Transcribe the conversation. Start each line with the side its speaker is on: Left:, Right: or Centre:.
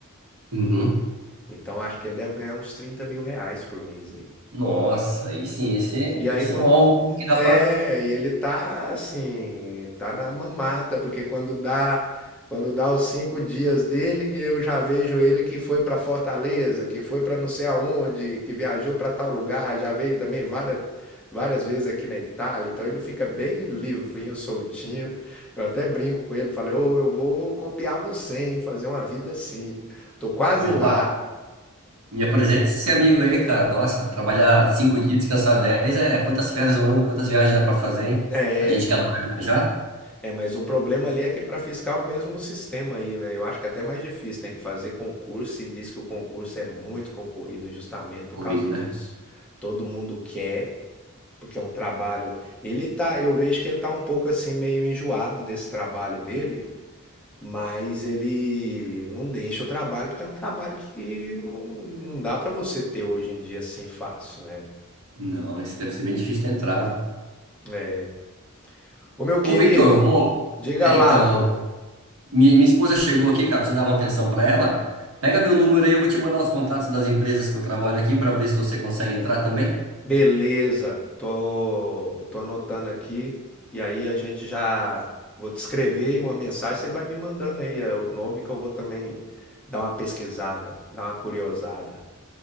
Right: Uhum.
Centre: Então acho que ele deve ganhar uns 30 mil reais por mês aí.
Right: Nossa, aí sim, esse,
Centre: E aí,
Right: esse
Centre: quando,
Right: é um alvo que dá
Centre: É,
Right: pra.
Centre: e ele tá assim, tá na mamata, porque quando dá, quando dá os cinco dias dele, que eu já vejo ele que foi pra Fortaleza, que foi pra não sei aonde, que viajou pra tal lugar, já veio também várias, várias vezes aqui na Itália, então ele fica bem livrinho, soltinho. Eu até brinco com ele, falei, ô, eu vou copiar você, hein, fazer uma vida assim. Tô quase
Right: Opa,
Centre: lá.
Right: me apresenta esse amigo aí, cara. Nossa, trabalhar cinco dias, descansar dez, é quantas férias no ano, quantas viagens dá pra fazer, hein?
Centre: É.
Right: A gente que adora viajar.
Centre: É, mas o problema ali é que para fiscal mesmo o mesmo sistema aí, né? Eu acho que é até mais difícil, tem que fazer concurso e diz que o concurso é muito concorrido justamente por
Right: Corrido,
Centre: causa
Right: né?
Centre: disso. Todo mundo quer, porque é um trabalho. Ele tá, eu vejo que ele tá um pouco assim meio enjoado desse trabalho dele, mas ele não deixa o trabalho porque é um trabalho que não, não dá para você ter hoje em dia assim fácil, né?
Right: Não, esse deve ser bem difícil ter entrado.
Centre: É. Ô meu querido,
Right: Ô, Victor, eu é. vou.
Centre: diga
Right: É,
Centre: lá.
Right: então, mi- minha esposa chegou aqui, cara, pra você dar uma atenção pra ela. Pega meu número aí, eu vou te mandar os contatos das empresas que eu trabalho aqui pra ver se você consegue entrar também.
Centre: Beleza, tô, tô anotando aqui e aí a gente já vou te escrever uma mensagem, você vai me mandando aí é, o nome que eu vou também dar uma pesquisada, dar uma curiosada,